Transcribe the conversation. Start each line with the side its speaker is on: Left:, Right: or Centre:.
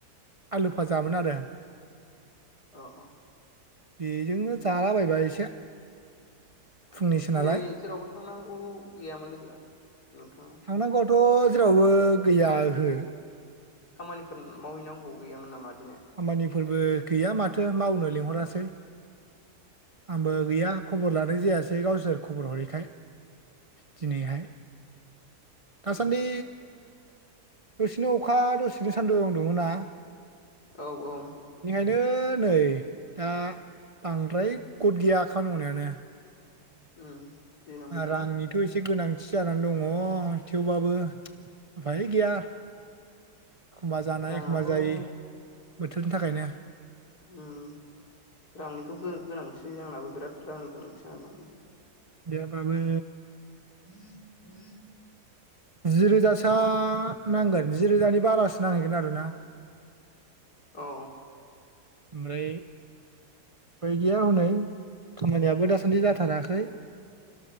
Right: आलु फाजामोन आरो
Left: अ अ
Right: बेजोंनो जालाबायबाय एसे फुंनिसो
Left: दिनै
Right: नालाय
Left: जेरावबो थांनांगौ गैयामोन लोगो नोंथाङा
Right: थांनांगौआथ' जेरावबो गैया ओहो
Left: खामानिफोर मावहैनांगौ गैयामोन नामा दिनै
Right: खामानिफोरबो गैया माथो मावनो लिंहरासै आंबो
Left: उम
Right: गैया खबर लान मानो जायासै गावसोर खबर हरैखाय दिनैहाय दासान्दि
Left: उम
Right: दसेनो अखा दसेनो सान्दुं दुङोना
Left: औ औ
Right: बेनो नै दा बांद्राय गद गैया खामानि मावनायानो
Left: उम दैज्लां बोथोर
Right: रांनिथ'
Left: ना
Right: एसे गोनां खाथि जानानै दङ थेवबाबो उफाय गैया एखमबा जानाय
Left: राङाथ'
Right: एखमबा
Left: उम
Right: जायि बोथोरनि थाखायनो
Left: उम रांनिथ' गो-गोनांथि आंनाबो बिराद रांनि गोनांथि जानादोंमोन
Right: गैयाबाबो
Left: <unintelligible>
Right: जिरोजास आ नांगोन जिरोजानि बारासो नांहैगोन आरोना
Left: औ।
Right: आमफ्राय अफाय गैया हनै खामानियाबो दासान्दि जाथाराखै।